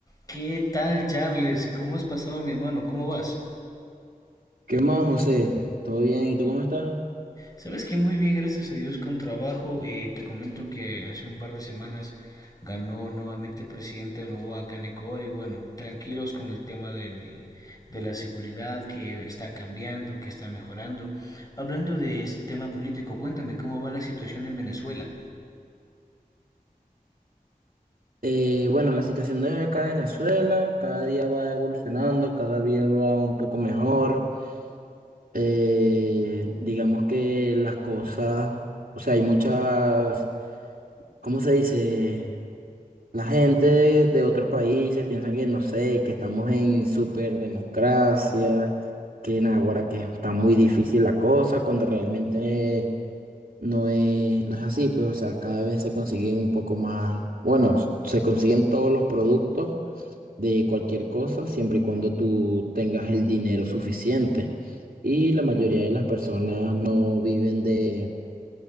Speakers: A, on the left; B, on the right.
A: ¿Qué tal, Charles? ¿Cómo has pasado, mi hermano? ¿Cómo vas?
B: ¿Qué más, José? ¿Todo bien? ¿Y tú cómo estás?
A: Sabes que muy bien, gracias a Dios, con trabajo. Eh, te comento que hace un par de semanas ganó nuevamente el presidente Noboa Kaneko y bueno, tranquilos con el tema de, de- de la seguridad que está cambiando, que está mejorando. Hablando de este tema político, cuéntame cómo va la situación en Venezuela.
B: Eh, bueno, la situación de acá en Venezuela cada día va evolucionando, cada día va un poco mejor. Eh, digamos que las cosas, o sea, hay muchas, ¿cómo se dice? La gente de, de otros países piensa que, no sé, que estamos en superdemocracia, que en ahora que está muy difícil la cosa, cuando realmente... no es, no es así, pues, o sea, cada vez se consigue un poco más, bueno, s- se consiguen todos los productos de cualquier cosa, siempre y cuando tú tengas el dinero suficiente. Y la mayoría de las personas no viven de